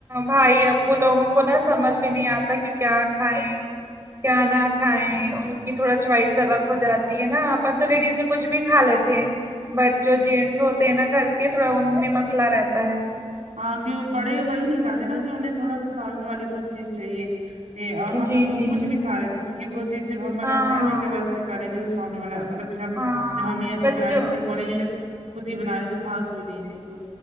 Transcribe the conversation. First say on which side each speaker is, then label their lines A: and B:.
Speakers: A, on the right; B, on the right.
A: بھائی ابو لوگوں کو نا سمجھ بھی نہیں آتا کہ کیا کھیں کیا نہ کھائیں ان کہ تھوڑا چوائس الگ ہو جاتی ہے نا اپن تو لیڈیز ہیں کچھ بھی کا لیتے ہیں بٹ جو جینٹس ہوتے ہیں نا گھر کے تھوڑا ان میں مثلا رہتا ہے
B: ہاں کہ بڑے وہی نہیں کہاتے نا کہ انہیں تھوڑا سا سالن والی کچھ چیز چاہیے یہ اور ہم
A: جی
B: لوگ تو
A: جی
B: کچھ بھی کھالیتے ہے کی کہ وہ چیز جب ہم
A: ہاں
B: بناتے ہیں ہمیں جب ایسے کریں گے تو سامنے والا مطلب پھر ہم
A: ہاں
B: جب ہم یہ ایسے
A: بچوں
B: بنائیں گے تو پھر بولیں گے جب خود ہی بنا رہی تو کھا کیوں نہیں رہی ہو